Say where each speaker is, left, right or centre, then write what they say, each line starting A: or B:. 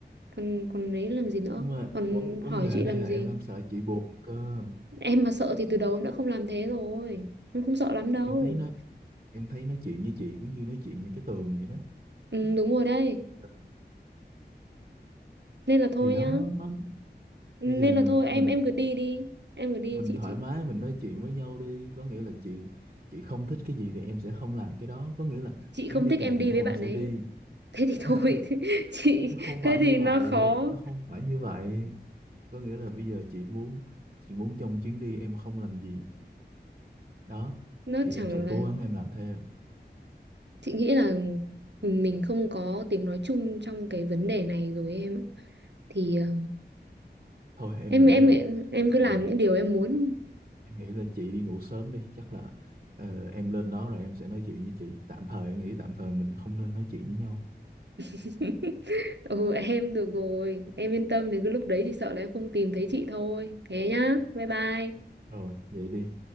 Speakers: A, on the right; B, on the right.
A: còn còn ấy làm gì nữa
B: nhưng mà
A: còn
B: vấn vấn
A: hỏi
B: đề
A: chị
B: ở đây
A: làm
B: là
A: gì
B: em đang sợ chị buồn cơ
A: Em mà sợ thì từ đầu em đã không làm thế rồi. Em không sợ lắm đâu.
B: em thấy nó em thấy nói chuyện với chị cứ như nói chuyện như cái tường vậy đó
A: Ừ,
B: Nó
A: đúng rồi đây.
B: ờ,
A: Nên là thôi
B: thì đó
A: nhá.
B: nó
A: Nên
B: bây giờ mình
A: là thôi em
B: mình
A: em cứ đi đi. Em cứ đi
B: mình
A: chị
B: thoải
A: chị
B: mái mình nói chuyện với nhau đi có nghĩa là chị chị không thích cái gì thì em sẽ không làm cái đó có nghĩa là
A: chị không
B: chuyến đi
A: thích
B: này
A: em
B: thì
A: đi
B: nó
A: với
B: vẫn
A: bạn
B: sẽ
A: ấy.
B: đi
A: Thế thì
B: <laughs>
A: thôi. <laughs> Thế, Chị
B: nó không
A: thế
B: phải
A: thì
B: như vậy
A: nó khó.
B: nó không phải như vậy có nghĩa là bây giờ chị muốn chị muốn trong chuyến đi em không làm gì đó
A: Nó
B: thì
A: chẳng
B: em sẽ
A: là
B: cố gắng em làm theo
A: chị nghĩ là mình không có tiếng nói chung trong cái vấn đề này rồi em ạ. Thì ờ,
B: thôi em
A: em
B: nghĩ
A: em
B: là
A: em
B: bây
A: cứ làm
B: giờ
A: những điều em muốn
B: em nghĩ là chị đi ngủ sớm đi chắc là ờ, em lên đó rồi em sẽ nói chuyện với chị tạm thời em nghĩ tạm thời mình không nên nói chuyện với nhau
A: <laughs> ừ em được rồi em yên tâm đến cái lúc đấy chỉ sợ là em không tìm thấy chị thôi thế nhá bye bye
B: rồi vậy đi